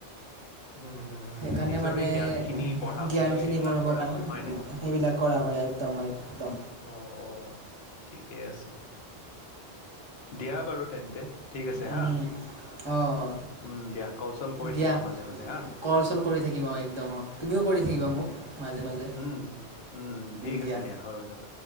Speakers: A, on the left; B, on the right.
A: হম হম হম
B: সেইকাৰণে
A: নিজৰে
B: মানে
A: জ্ঞান খিনি বঢ়াবলৈ
B: জ্ঞানখিনি
A: এইবিলাক
B: বঢ়াবৰ
A: কৰা
B: কাৰণে
A: হয় হয় ন।
B: সেইবিলাক কৰা হয় একদম একদম।
A: অ অ। ঠিকেই আছে। দিয়া বাৰু তেন্তে ঠিক আছে হা
B: উম,
A: উম
B: অঁ
A: দিয়া কলচল কৰি
B: দিয়া
A: থাকিবা মাজে মাজে হা।
B: কল চল কৰি থাকিম অঁ একদম অঁ তুমিও কৰি থাকিবা
A: উম
B: মোক মাজে- মাজে
A: উম উম ঠিক
B: দিয়া
A: আছে হৈ যাব